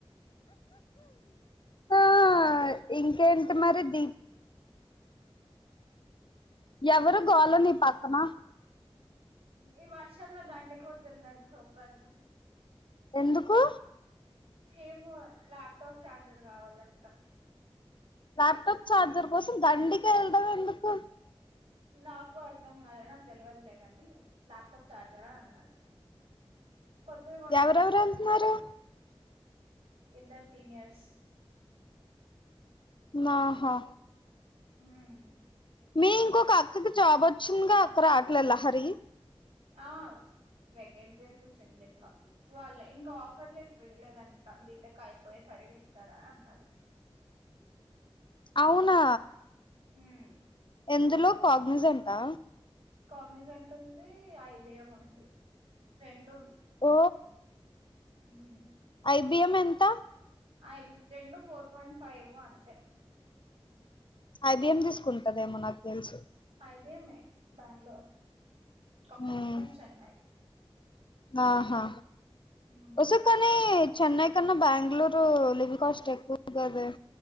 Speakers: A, on the left; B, on the right.
A: ఆ ఇంకేంటి మరి దీ ఎవరు గోల నీ పక్కన
B: ఈ వర్షంలో గండి కోడుతున్నారు సోకల్లు
A: ఎందుకు
B: ఏమో ల్యాప్టాప్ ఛార్జర్ కావలంట
A: లప్టాప్ చార్జర్ కోసం దండికే ఎల్డం ఎందుకు?
B: నాకూ అర్థం కాలె నాకు తెలియదులే గని, ల్యాప్టాప్ చార్జరా అని అన్నారు. కొత్తవి కొనుకుంటారేమో
A: ఎవరెవరు వెళ్తున్నారు
B: మరి ఇద్దర్ సీనియర్స్
A: ఆహా
B: ఉమ్
A: మీ ఇంకొక అక్కకి జాబ్ వచ్చిందిగా అక్క రాట్లేదా లహరి
B: ఆ వెకేట్ చేసిసింది ఇంకా వాళ్ళ ఇంకా ఆఫర్లు లటర్ ఈలేదంటా బీటెక్ అయిపోయే సరిగా ఇస్తారంట
A: అవునా
B: హ్మ్
A: ఎందులో కాగ్నసి ఉందా
B: కాగ్నిజంట్ ఉంది ఐబిఎం ఉంది రెండు
A: ఓ
B: హ్మ్
A: ఐబిఎం ఎంత
B: ఐబ్ రెండు ఫోర్ పాయింట్ ఫైవ్ అంతే
A: ఐబిఎం తీసుకుం టదేమో నాకు తెలుసి
B: ఐబిఎం ఏ బాంగ్లుర్ కాగజాన్
A: ఉమ్,
B: చెన్నై
A: ఆహా
B: మ్మ్
A: వస కనీ చెన్నై కన్నా బెంగళూరు లివింగ్ కాస్ట్ ఎక్కువ కద